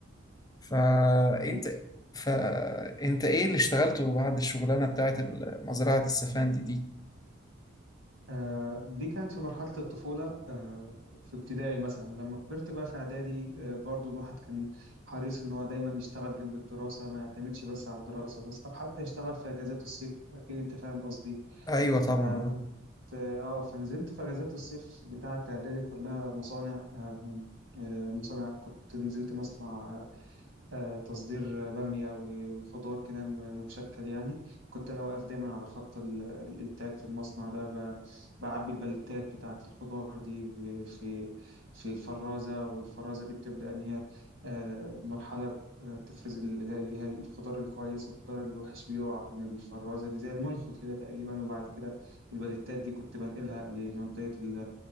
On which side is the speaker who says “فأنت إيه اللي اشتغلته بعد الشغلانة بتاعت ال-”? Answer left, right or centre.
Left